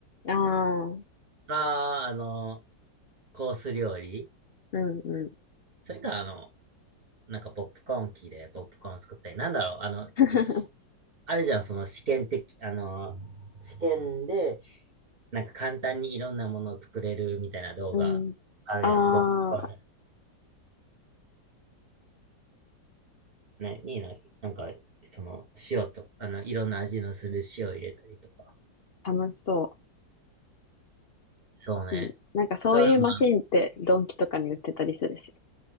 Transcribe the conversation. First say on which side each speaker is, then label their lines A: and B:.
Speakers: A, on the left; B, on the right.
A: ああ、うん
B: か、あのーコース料理。
A: うん。
B: それか、あの、なんか、ポップコーン機でポップコーン作ったり、なんだろう、あの、
A: <laughs>
B: いしあるじゃん、その試験的、あのー試験で、なんか簡単にいろんなものを作れるみたいな動画あるやん。
A: うん。あ
B: ポップコーンね、にな、なんか、その、塩と、あの、いろんな味のする塩入れたりとか。
A: あ、楽しそう。
B: そうね。
A: うん。なんかそういうマシンってドンキとかに売ってたりするし。
B: あとは、ま